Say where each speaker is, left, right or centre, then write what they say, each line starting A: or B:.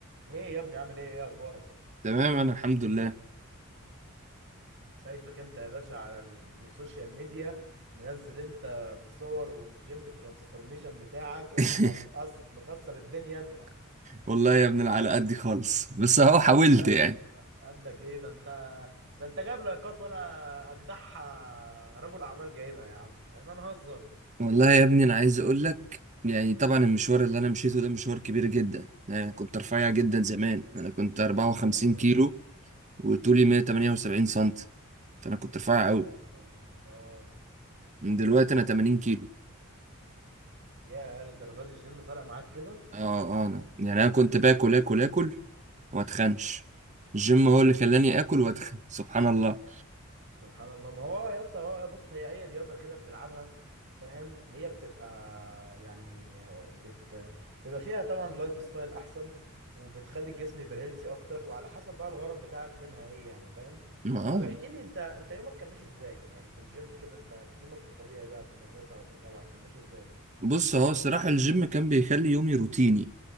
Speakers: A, on the right (about 55°); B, on the right (about 35°).
A: ايه يا ابني عامل ايه ايه اخبارك
B: تمام انا الحمد لله
A: شايفك انت يا باشا على ال- السوشيال ميديا منزل انت في صور والجيم ترانسفورميشن بتاعك انت
B: <laughs>
A: مقص... مكسر الدنيا انت
B: والله يا ابني أنا على قدي خالص بس اهو حاولت
A: لا
B: يعني
A: يا عم، قدك ايه ده انت ده انت جايب لايكات ولا اجدعها رجل اعمال جايبها يا عم احنا نهزر
B: والله يا ابني انا عايز اقول لك يعني طبعا المشوار اللي انا مشيته ده مشوار كبير جدا يعني كنت رفيع جدا زمان انا كنت 54
A: اه
B: كيلو وطولي 178 سنتي فانا كنت رفيع قوي
A: يا نهار ابيض اه
B: من دلوقتي انا 80 كيلو
A: يا للدرجه دي الجيم فرق معاك كده
B: اه اه انا يعني انا كنت باكل اكل اكل واتخنش الجيم هو اللي خلاني اكل واتخن سبحان الله
A: سبحان الله ما هو آه يا اسطى هو آه بص هي اي رياضه كده بتلعبها فاهم هي بتبقى يعني بت بتبقى فيها طبعا لايف ستايل احسن وبتخلي الجسم يبقى هيلثي اكتر وعلى حسب بقى الغرض بتاعك منها ايه يعني فاهم
B: اه
A: طب احكي لي انت انت يومك كان ماشي ازاي يعني في الجيم كده انت في يومك في الطبيعي بقى في المدرسه او في الجامعه كان ماشي ازاي
B: بص هو الصراحة الجيم كان بيخلي يومي روتيني